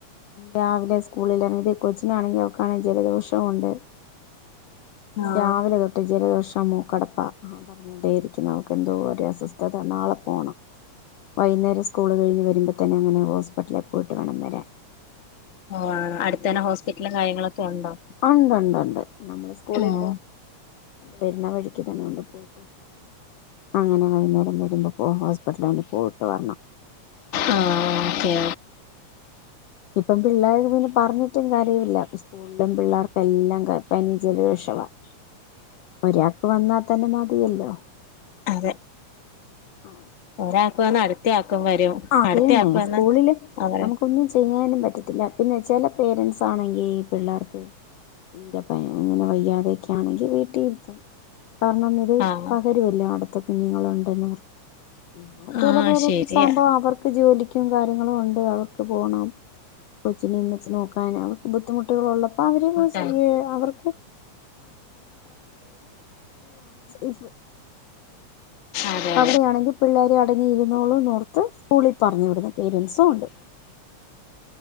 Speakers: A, on the left (about 75°); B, on the left (about 50°).
A: രാവിലെ സ്ക്കൂ- <inaudible> കൊച്ചിനാണെങ്കിൽ ഓക്കാനും ജലദോഷവും ഉണ്ട്
B: ആഹ്
A: രാവിലെ തൊട് ജലദോഷം അ മൂക്കടപ്പാ അവൾക്ക് എതോരസ്വസ്ഥത നാളെ പോണംവൈനേരം സ്കൂൾ കഴിഞ്ഞ് വരുമ്പോ തന്നെ ഹോസ്പിലിൽ പോയി <inaudible>
B: അ അടുത്തന്നെ ഹോസ്പിറ്റലും കാര്യങ്ങളൊക്കെ ഉണ്ടോ
A: ആ ഉണ്ട് ഉണ്ട് നമ്മളു സ്കുളിൽ
B: ആഹ്
A: വരുന്ന വഴിക്ക് തന്നെയുണ്ട് പോയിട്ട് അങ്ങനെ വൈകുന്നേരം വരുമ്പോ ഹോസ്പിറ്റലിൽ ഒന്നു പോയിട്ട് വരണം
B: ആ ഓക്കെ
A: ഇപ്പം പിള്ളാരെയൊന്നും പറഞ്ഞിട്ട് കാര്യമില്ല സ്‌കൂളിലെ പിള്ളേർക്കെല്ലാം പനിയും ജലദോഷവുമാ ഒരാൾക്ക് വന്നാൽ <inaudible>
B: അതെ
A: അ
B: ഒരാൾക്ക് വന്നാൽ അടുത്ത ആൾക്ക് ആക്കും വരും
A: അത്
B: അടുത്ത
A: തന്നെ
B: വന്ന
A: സ്‌കൂളില്
B: അവരെ
A: നമുക്കൊന്നും ചെയ്യാനും പറ്റത്തില്ല പിന്നെ ചില പേരൻസ് ആണെങ്കിൽ പിള്ളേർക്ക് തീരെ ഇങ്ങനെ വയ്യാതൊക്കെ ആണെങ്കിൽ വീട്ടിലിരുത്തും പറഞ്ഞന്നത്
B: ആഹ്
A: പകരുമല്ലോ അടുത്തത് കുഞ്ഞുങ്ങളുണ്ടെന്ന് പറഞ്ഞ് അത് ചെലപ്പോ
B: ആഹ്
A: ഒരു
B: ശരിയാ
A: സാമ്പാർ ജോലിക്കും കാര്യങ്ങളുമുണ്ട് അവർക്ക് പോണം കൊച്ചിനേം വെച്ച് നോക്ക- ആണോ ബുദ്ധിമുട്ട് കുട്ടോള് ഉള്ളപ്പോ അവര്
B: അതെ
A: അവർക്ക് <inaudible>
B: അതെ
A: അവിടെയാണെങ്കിൽ പിള്ളേര് അടങ്ങിയിരുന്നോളും എന്നോർത്ത് സ്‌കൂളിൽ പറഞ്ഞ് വിടുന്ന പേരൻസുമുണ്ട്